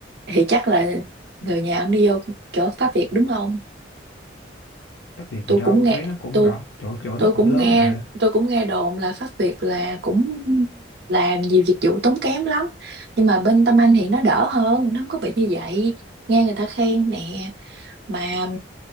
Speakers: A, on the right; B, on the left.
A: thì chắc là người nhà ông đi vô chỗ Pháp Việt đúng không
B: tách biệt
A: tôi
B: gì đâu
A: cũng nghe
B: thuế nó cũng
A: tôi
B: rõ chỗ chỗ
A: tôi
B: nó
A: cũng
B: cũng lớn
A: nghe
B: mà
A: tôi cũng nghe đồn là Pháp Việt là cũng làm nhiều dịch vụ tốn kém lắm nhưng mà bên Tâm Anh thì nó đỡ hơn nó không có bị như vậy nghe người ta khen nè mà